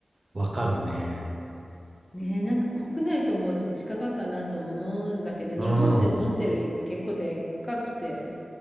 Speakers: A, on the right (about 40°); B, on the left (about 20°).
A: わかるね。
B: ねえ、なんか国内と思うと近場かなと思うんだけど、日本って思ってるより結構でっかくて。
A: うん。